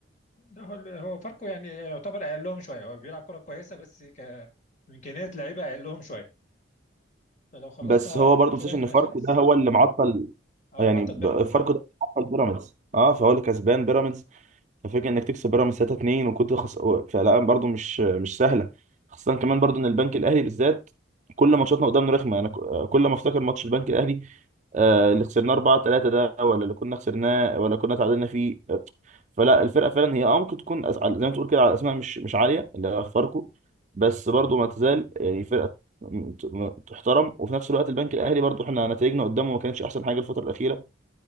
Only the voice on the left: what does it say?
لا هو هو فاركو يعني يعتبر اقلهم شويه هو بيلعب كره كويسه بس ك امكانيات لعيبه اقلهم شويه فلو خلصنا
الماتش
الاهلي
ده
خلص
اه
مع طب
بيراميدز
اه